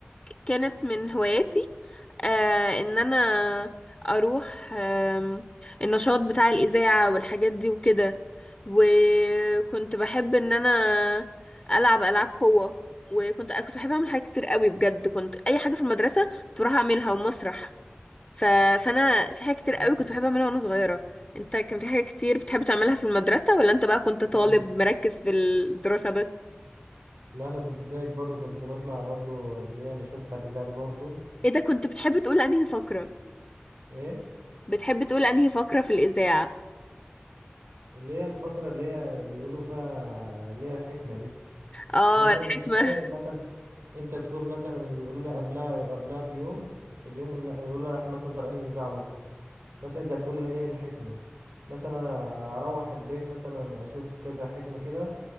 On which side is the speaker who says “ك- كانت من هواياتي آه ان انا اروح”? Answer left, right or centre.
Left